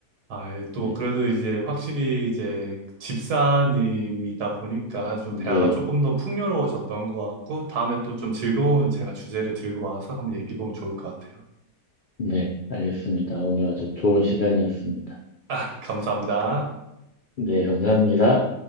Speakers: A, on the right (about 80°); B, on the left (about 90°).
A: 아, 예, 또
B: 네,
A: 그래도 이제 확실히 이제 집사님이다 보니까 좀
B: 네,
A: 대화가 조금 더 풍요로워졌던 것 같고 다음에 또 좀 즐거운 제가 주제를 들고 와서 한번 얘기해 보면 좋을 것 같아요.
B: 네, 알겠습니다. 오늘 아주 좋은 시간이었습니다.
A: 아, 네, 감사합니다.
B: 네, 감사합니다.